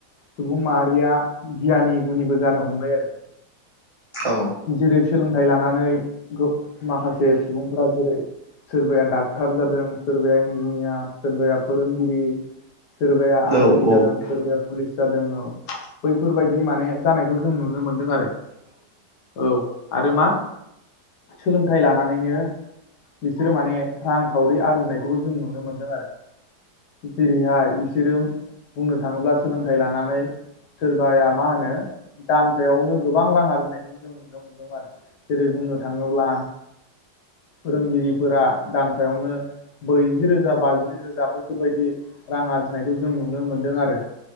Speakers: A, on the left (about 80°); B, on the right (about 30°).
A: सुबुं माहारिया गियानि गुनिबो जानो हमबाय आरो
B: औ औ
A: जेरै सोलोंथाइ लानानै माखासे सुबुंफोरा जेरै सोरबाया डाक्टार जादों सोरबाया इन्जिनियार सोरबाया फोरोंगिरि सोरबाया
B: औ
A: आर्मि जादों सोरबाया पुलिस जादों औ बैफोरबायदि माने जानायखौ जों नुनो मोनदों आरो औ आरो मा सोलोंथाइ लानानैनो बिसोरो माने रांखावरि आरजिनायखौबो जों नुनो मोन्दों आरो जेरैहाय बिसोरो बुंनो थाङोब्ला सोलोंथाइ लानानै सोरबाया मा होनो दानफ्रायावनो गोबां रां आरजिनायखौ जों नुनो मोनदों आरो जेरै बुंनो थाङोब्ला फोरोंगिरिफोरा दानथायायावनो ब्रैजि रोजा बाजि रोजा बैफोरबायदि रां आरजिनायखौ जों नुनो मोनदों आरो